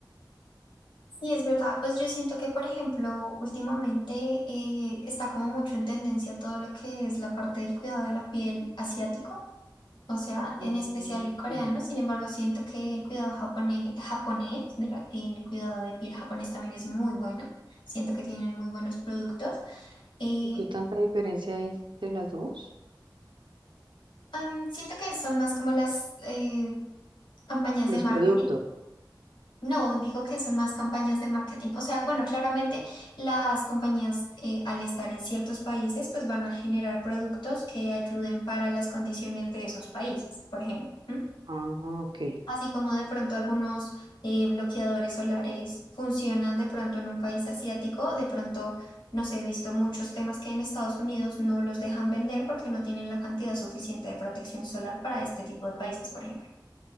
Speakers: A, on the left (about 85°); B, on the right (about 85°).
A: Sí, es verdad. Pues yo siento que, por ejemplo, últimamente eh, está como mucho en tendencia todo lo que es la parte del cuidado de la piel asiático, o sea, en
B: Mm,
A: especial coreano.
B: sí.
A: Sin embargo, siento que el cuidado japone- japonés, de la- el cuidado de piel japonés también es muy bueno. Siento que tienen muy buenos productos. Eh,
B: ¿Y qué tanta diferencia hay entre las dos?
A: am, siento que son más como las eh, campañas
B: Los
A: de marketing.
B: productos.
A: No, digo que son más campañas de marketing. O sea, bueno, claramente las compañías eh, al estar en ciertos países, pues van a generar productos que ayuden para las condiciones de esos países, por ejemplo. ¿m?
B: Ah, ok.
A: Así como de pronto algunos eh, bloqueadores solares funcionan de pronto en un país asiático, de pronto, no sé, he visto muchos temas que en Estados Unidos no los dejan vender porque no tienen la cantidad suficiente de protección solar para este tipo de países, por ejemplo.